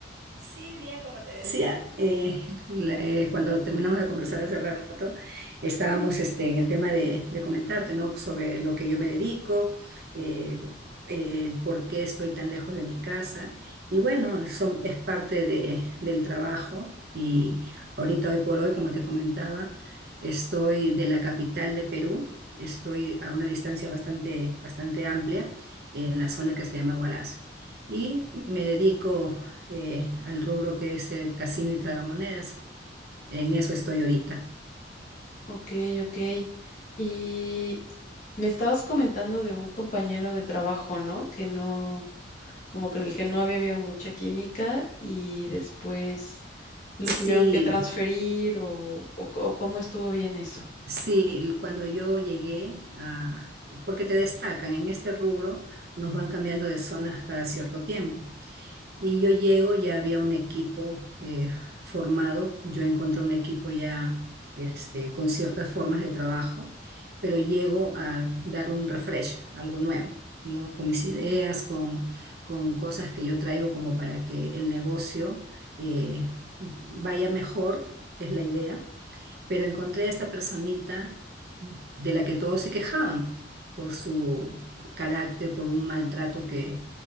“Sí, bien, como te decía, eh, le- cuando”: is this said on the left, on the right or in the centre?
Right